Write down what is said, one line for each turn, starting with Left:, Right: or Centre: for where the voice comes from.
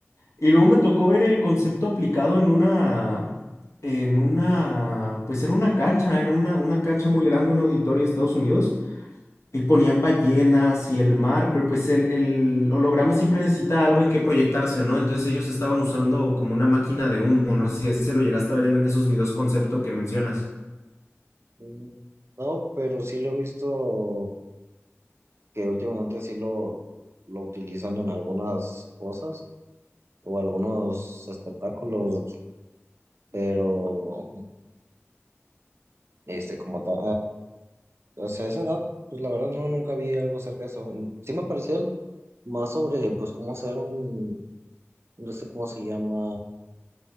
Left: Y luego me tocó ver el concepto aplicado en una, en una, pues era una cancha, era una, una cancha muy grande, un auditorio de Estados Unidos. Y ponían ballenas y el mar, pero pues el, el holograma siempre necesita algo en que proyectarse, ¿no? Entonces ellos estaban usando como una máquina de humo, no sé si ese lo llegaste a ver en esos videos concepto que mencionas.
Right: Mm, No, pero sí lo he visto que últimamente sí lo, lo utilizan en algunas cosas o algunos espectáculos, pero este como tal, O sea, esa edad, pues la verdad no, nunca vi algo acerca de eso. Mm, Sí me parecieron más sobre, pues, cómo hacer un, no sé cómo se llama,